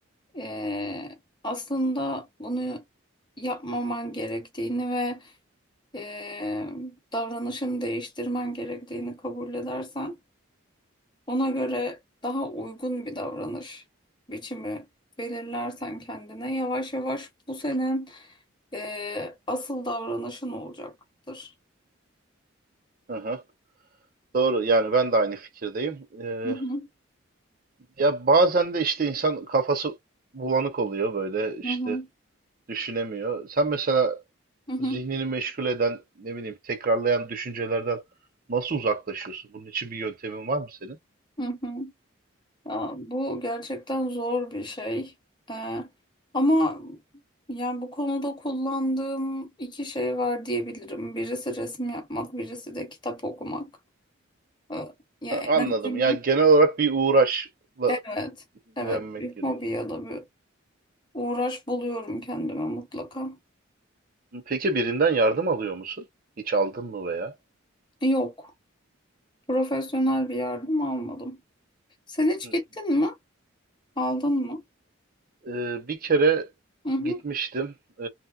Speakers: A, on the left (about 20°); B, on the right (about 40°).
A: ee, aslında bunu yapmaman gerektiğini ve ee, davranışını değiştirmen gerektiğini kabul edersen, ona göre daha uygun bir davranış biçimi belirlersen kendine yavaş yavaş bu senin ee, asıl davranışın olacaktır.
B: Hı hı. Doğru. Yani ben de aynı fikirdeyim. Ee,
A: Hı hı,
B: ya bazen de işte insan kafası bulanık oluyor böyle işte
A: hı hı,
B: düşünemiyor. Sen mesela
A: hı hı,
B: zihnini meşgul eden ne bileyim tekrarlayan düşüncelerden nasıl uzaklaşıyorsun? Bunun için bir yöntemin var mı senin?
A: hı hı. Ya, bu gerçekten zor bir şey. Ee, ama yani bu konuda kullandığım iki şey var diyebilirim. Birisi resim yapmak, birisi de kitap okumak. Ee, ya
B: Ha,
A: enerjimi,
B: Anladım. Yani genel olarak bir uğraşla
A: evet,
B: ilgilenmek
A: evet bir
B: gerekiyor.
A: hobi ya da bir uğraş buluyorum kendime mutlaka.
B: Peki birinden yardım alıyor musun? Hiç aldın mı veya?
A: Yok, profesyonel bir yardım almadım. Sen hiç
B: Hı.
A: gittin mi? Aldın mı?
B: Ee, bir kere
A: Hı hı,
B: gitmiştim. Ee,